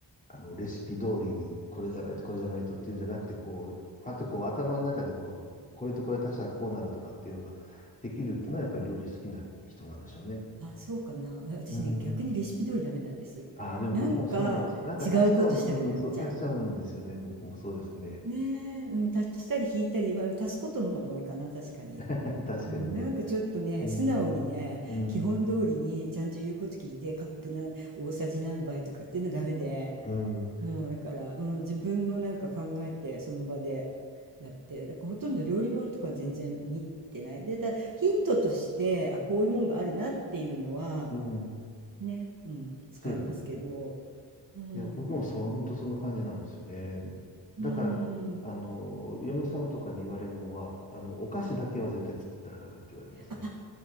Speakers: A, on the left; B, on the right.
A: あの、レシピ通りに、これじゃないと、これじゃないとっていうんじゃなくて、こう、パッてこう、頭の中でこう、これとこれ足したらこうなるとかっていうのができるっていうのは、やっぱり料理好きな人なんでしょうね。
B: あそうかな私ね逆にレシピ通りダメなんです。
A: うん。ああ、でも僕もそうなんですよ。
B: なんか違うことしたくなっちゃう。
A: なんか足しちゃうん、うん、そう、足しちゃうんですよね。僕もそうですね。
B: ねえ、うん、足したり引いたり、まあ、足すことの方が多いかな確かに。
A: <laughs> 確かにね。
B: うん、なんかちょっとね、
A: うん、
B: 素直にね、
A: うん、
B: 基本通りにちゃんと言うこと聞いて、カップなん大さじ何杯とかっていうのダメで、
A: うん、
B: もうだから、うん、自分のなんか考えて、その場でやって、だからほとんど料理本とか全然見てない。で、ただヒントとして、あ、こういうもんがあるなっていうのは、
A: うん。
B: ね、うん、使えますけど、
A: そうですね。
B: うん、
A: いや、僕もそう、本当そんな感じなんですよね。
B: うん。
A: だからね、あの、嫁さんとかに言われるのは、あの、お菓子だけは絶対作ったらダメって言われますね。
B: あ、